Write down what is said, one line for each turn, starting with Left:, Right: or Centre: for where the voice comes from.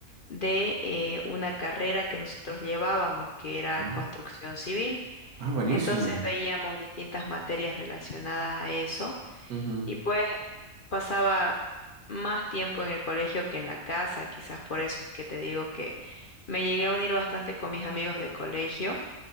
Left: de eh, una carrera que nosotros llevábamos, que era
Right: Ah,
Left: construcción civil.
Right: ah, buenísimo.
Left: Entonces veíamos distintas materias relacionadas a eso
Right: Ujú,
Left: y pues pasaba más tiempo en el colegio que en la casa, quizás por eso es que te digo que me llegué a unir bastante con mis amigos de colegio